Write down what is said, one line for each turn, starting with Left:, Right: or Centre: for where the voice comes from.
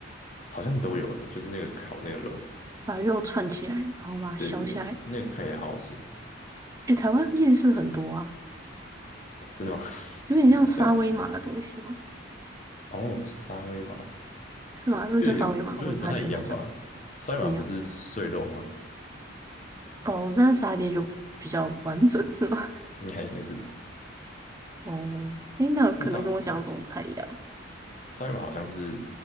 Left: 好像都有诶，就是那个烤那个肉，
Right: 把肉串起来，然后把它削下来。
Left: 对对对，那个看起来好好吃，
Right: 诶，台湾夜市很多啊，
Left: 真的吗？<laughs>
Right: 有点像沙威玛的东西吗？
Left: 那没有，哦，沙威玛
Right: 是吗？那就沙威玛，
Left: 又有点有点不太一样吧？
Right: 我也不太确定它叫什么，
Left: 沙威玛不是碎肉吗？
Right: 不一样。哦，但是沙爹就比较完整是吗？
Left: 应该应该是吧？
Right: <laughs> 哦，诶，那可能跟我想象中不太一样。
Left: 而且沙嗯，沙威玛好像是